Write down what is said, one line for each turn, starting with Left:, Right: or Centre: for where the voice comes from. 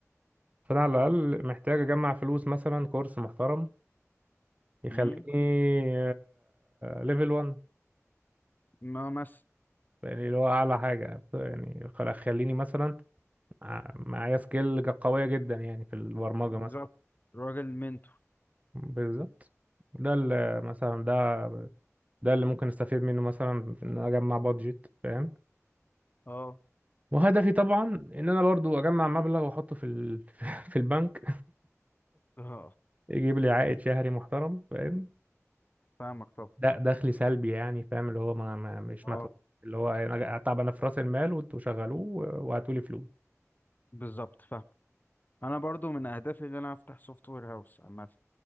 Right: فانا على الاقل محتاج اجمع فلوس مثلا كورس محترم يخليني
Left: مم؟
Right: ليفل 1
Left: ما مس
Right: يعني اللي هو اعلى حاجه يعني خل- خليني مثلا ع- معايا سكيل ج- قوية جدا يعني في البرمجة
Left: بالظبط
Right: مثلا
Left: راجل منتور
Right: بالظبط ده اللي مثلا ده ده اللي ممكن استفيد منه مثلا ان انا اجمع بادجت فاهم
Left: أه
Right: وهدفي طبعا ان انا برضو اجمع مبلغ واحطه في ال... <laughs> في البنك
Left: أه
Right: يجيب لي عائد شهري محترم فاهم
Left: فاهمك طبعا
Right: ده دخلي سلبي يعني فاهم اللي هو ما... ما مش
Left: أه
Right: متوقع اللي هو انا طب انا في راس المال وانتوا شغلوه وهاتوا لي فلوس
Left: بالظبط فاهم أنا برضو من أهدافي إن أنا أفتح سوفت وير هاوس عامة